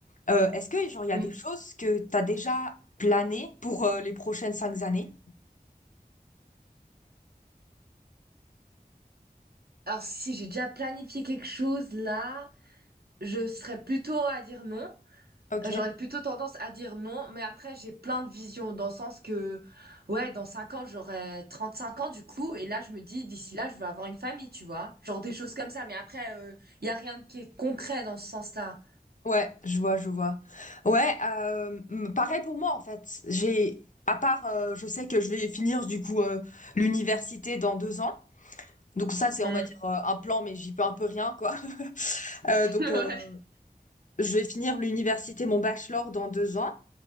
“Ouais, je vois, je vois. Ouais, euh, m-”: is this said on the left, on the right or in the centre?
Left